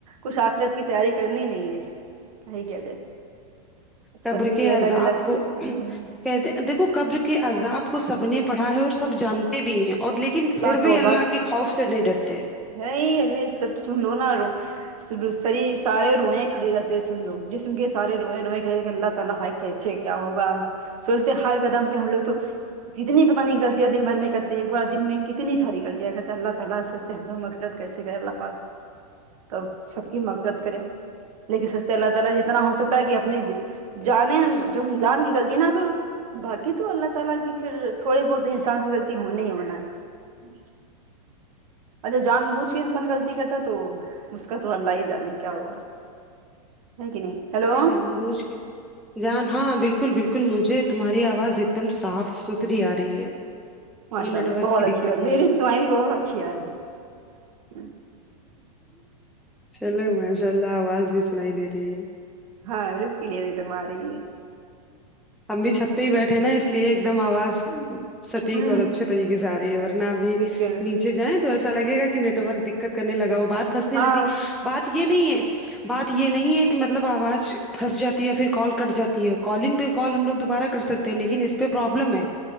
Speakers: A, on the right; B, in the centre.
A: کچھ آخرت کی تیاری کرنی نہیں ہے کیا ہی کیا جائے سب
B: قبر
A: کی
B: کے
A: الگ
B: عزاب
A: الگ
B: کو
A: اللہ
B: کہتے دیکھو قبر کے عذاب کو سب نے پڑھا ہے اور سب جانتے بھی ہیں اور لیکن پھر
A: تو
B: بھی اللہ
A: بس
B: کے خوف سے نہیں ڈرتے
A: نہیں ارے سب سن لو نا رو سنو سری سارے روئیں کھڑے رہتے سن لو جسم کے سارے روئیں روئیں کھڑے رہتے ہیں اللہ تعالی کیسے کیا ہوگا سوچتے ہیں ہر قدم پہ ہم لوگ تو کتنی پتا نہیں غلطیاں دن بھر میں کرتے پورا دن میں کتنی ساری غلطیاں کرتا ہے اللہ تعالی سوچتے ہم لوگ مقفرت کیسے کرے اللہ پاک تو سب کی مقفرت کرے لیکن سوچتے اللہ تعالی جتنا ہو سکتا ہے کہ اپنی جان ان جانے میں غلطی نہ کرو باقی تو اللہ تعالی کی پھر تھوڑی بہت انسان سے غلطی ہونا ہی ہونا ہے اچھا جان بوجھ کے انسان غلطی کرتا تو اس کا تو اللہ ہی جانے کیا ہوگا ہے کے نہیں ہیلو
B: نہیں جان بوجھ کے جان ہاں بالکل بالکل مجھے تمہاری آواز ایک دم صاف ستھری آ رہی ہے
A: ماشاء
B: کوئی نیٹ
A: اللہ
B: ورک
A: بہت
B: کی
A: اچھی
B: دقت
A: بات
B: نہیں
A: میری
B: ہے
A: تمہاری بہت اچھی آ رہی ہے
B: چلو ماشاء اللہ آواز بھی سنائی دے رہی ہے
A: ہاں بالکل کلئیر ایک دم آ رہی ہے
B: ہم بھی چھت پہ ہی بیٹھے نا اس لیے ایک دم آواز سٹیک
A: ہوں
B: اور اچھے طریقے سے آ رہی ہے ور نہ ابھی
A: بالکل
B: نیچے جائیں تو ایسا لگے گا کہ نیٹ ورک دقت کرنے لگا وہ بات پھنسنے
A: ہاں
B: لگتی بات یہ نہیں ہے بات یہ نہیں ہے کہ مطلب آواز پھنس جاتی ہے پھر کال کٹ جاتی ہے کالنگ بھی کال ہم لوگ دوبارہ کر سکتے ہیں لیکن اس پہ پروابلم ہے